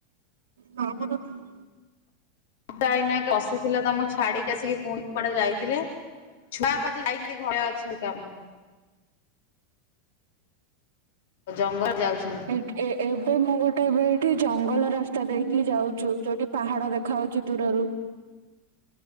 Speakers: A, on the right (about 70°); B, on the left (about 60°).
A: ହ ହବ ନା ନାଇଁ <inaudible>
B: ଟା ଏଇନା ବସିଥିଲେ ତମକୁ ଛାଡିକି ଆସିକି ପୁଣି କୁଡେ ଯାଇଥିଲେ। ଛୁଆ ପାଛେ ଯାଇନାହାନ୍ତି ଘରେ ଅଛଇ କାମ ଆଉ ଜଙ୍ଗଲ ଯାଉଚୁ।
A: ଏକେ ଏ ଏବେ ମୁଁ ଗୋଟେ ଏବେ ଏଇଠି ଜଙ୍ଗଲ ରାସ୍ତା ଦେଇକି ଯାଉଛିୁ ଯୋଉଠି ପାହାଡ ଦେଖାଯାଉଛି ଦୂରରୁ।